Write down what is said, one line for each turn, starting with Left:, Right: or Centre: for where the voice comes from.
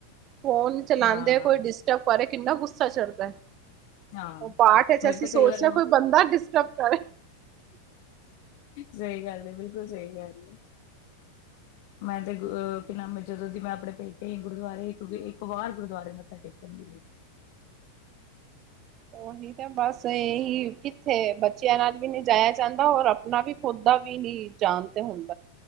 Right: ਫੋਨ ਚਲਾਂਦੇ
Left: ਹਾਂ
Right: ਕੋਈ ਡਿਸਟਬ ਕਰੇ ਕਿੰਨਾ ਗੁੱਸਾ ਚੜਦੈ।
Left: ਹਾਂ।
Right: ਓ ਪਾਠ ਏ ਚ
Left: ਮੇਰੇ
Right: ਅਸੀਂ
Left: ਤਾਂ
Right: ਸੋਚਦੇਆ
Left: ਕਈ ਵਾਰ
Right: ਕੋਈ ਬੰਦਾ ਡਿਸਟਰਬ ਕਰੇ।
Left: ਸਈ ਗੱਲ ਏ, ਬਿਲਕੁਲ ਸਈ ਗੱਲ ਏ। ਮੈਂ ਤੇ ਅ ਕੀ ਨਾਮ ਏ ਜਦੋਂ ਦੀ ਮੈਂ ਆਪਣੇ ਪੇਕੇ ਆਈ, ਗੁਰਦੁਆਰੇ ਇੱਕ-ਇੱਕ ਵਾਰ ਗੁਰਦੁਆਰੇ ਮੱਥਾ ਟੇਕਣ ਨੀ ਗਈ।
Right: ਓਹੀ ਬਸ ਏਹੀ ਕਿੱਥੇ ਬੱਚਿਆਂ ਨਾਲ ਵੀ ਨਈਂ ਜਾਇਆ ਜਾਂਦਾ ਔਰ ਅਪਨਾ ਵੀ ਖੁਦ ਦਾ ਵੀ ਨੀ ਜਾਨ ਤੇ ਹੁੰਦੀ